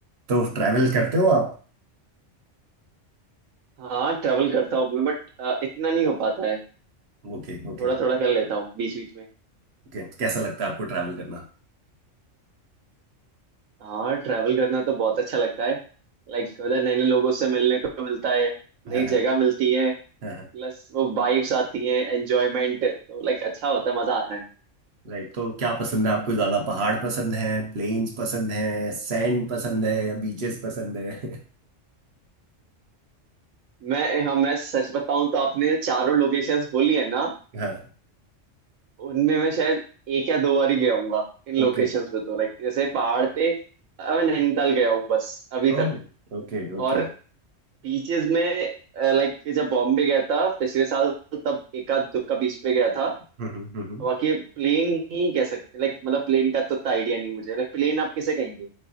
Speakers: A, on the right; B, on the right.
A: तो ट्रैवल करते हो आप
B: हाँ ट्रैवल करता हूँ मैं बट इतना नहीं हो पाता है
A: Okay okay
B: थोड़ा थोड़ा कर लेता हूँ बीच बीच में
A: okay कैसा लगता है आपको ट्रैवल करना
B: हाँ ट्रैवल करना तो बहुत अच्छा लगता है लाइक उधर नए नए लोगों से मिलने को मिलता है
A: <laughs>
B: नई
A: हाँ हाँ
B: जगह मिलती है
A: हाँ
B: प्लस
A: हाँ
B: वो वाइब्स आती हैं एंजॉयमेंट तो लाइक अच्छा होता है मजा आता है
A: राइट तो क्या पसंद है आपको ज़्यादा पहाड़ पसंद है प्लेन्स पसंद है सैंड पसंद है या बीचेस पसंद है <laughs>
B: मैं हाँ मैं सच बताऊं तो आपने चारों लोकेशंस बोली है ना
A: हाँ
B: उनमें मैं शायद एक या दो बार ही गया हूँगा इन लोकेशंस
A: Okay
B: पे तो लाइक जैसे पहाड़ पे अ, मैं नैनीताल गया हूँ बस अभी
A: Oh
B: तक
A: okay okay
B: और बीचेस में लाइक जब बॉम्बे गया था पिछले साल तब एक आध दुक्का बीच पे गया था
A: <laughs>
B: बाकी प्लेन ही कह सकते लाइक मतलब प्लेन का तो इतना आइडिया नहीं मुझे लाइक प्लेन आप किसे कहेंगे